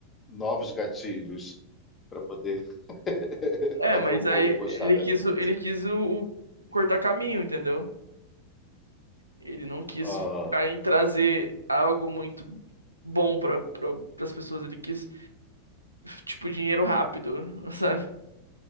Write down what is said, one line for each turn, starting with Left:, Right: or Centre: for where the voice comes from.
Left: novos gatilhos para poder <laughs>
Right: É,
Left: fazer
Right: mas
Left: o povo
Right: aí
Left: gostar
Right: ele
Left: das
Right: quis,
Left: músicas.
Right: o- ele quis o, o cortar caminho, entendeu? Ele não quis
Left: Ah,
Right: ficar em trazer algo muito bom pra, pra, pras pessoas. Ele quis, tipo, dinheiro rápido, <laughs> sabe?